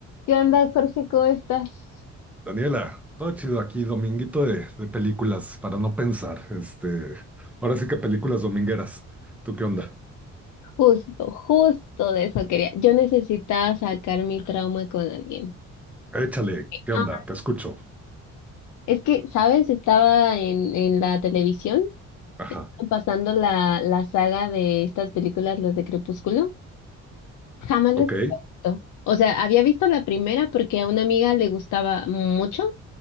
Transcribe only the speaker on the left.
¿Qué onda, Jorge? ¿Cómo estás?
Justo, justo de eso quería. Yo necesitaba sacar mi trauma con alguien.
Ah,
es que, ¿sabes? Estaba en, en la televisión
pasando la, la saga de estas películas, las de Crepúsculo. Jamás
les había visto. O sea, había visto la primera porque a una amiga le gustaba mucho